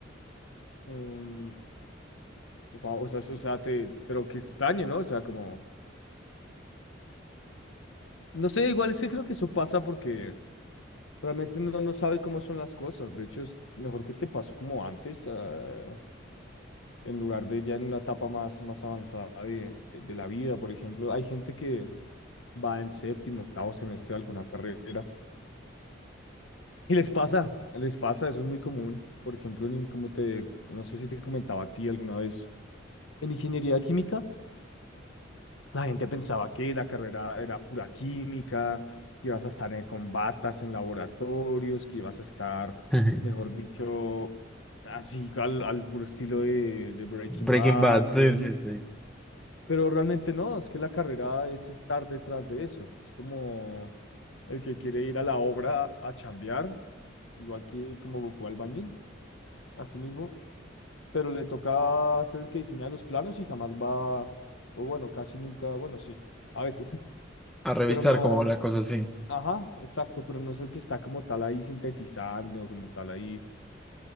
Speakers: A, on the left; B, in the centre.
A: em, wow, o sea, o sea, te, pero qué extraño, ¿no? O sea, como No sé, igual sí creo que eso pasa porque realmente uno no sabe cómo son las cosas. De hecho, es mejor que te pase como antes, ah, en lugar de ya en una etapa más, más avanzada de, de la vida. Por ejemplo, hay gente que va en séptimo, octavo semestre de alguna carrera y les pasa, les pasa, eso es muy común. Por ejemplo, en in- como te, no sé si te comentaba a ti alguna vez, en ingeniería química. La gente pensaba que la carrera era pura química, que ibas a estar en, con batas en laboratorios, que ibas a estar,
B: <laughs>
A: mejor dicho, así al, al puro estilo de, de Breaking
B: Breaking
A: Bad,
B: Bad,
A: bueno.
B: sí, sí, sí.
A: Pero realmente no, es que la carrera es estar detrás de eso. Es como el que quiere ir a la obra a chambear, igual que como Goku Albañil, así mismo. Pero le toca ser el que diseña los planos y jamás va, o bueno, casi nunca, bueno, sí, a veces, <laughs>
B: a revisar
A: pero no.
B: como la cosa así.
A: Ajá, exacto, pero no es el que está como tal ahí sintetizando, como tal ahí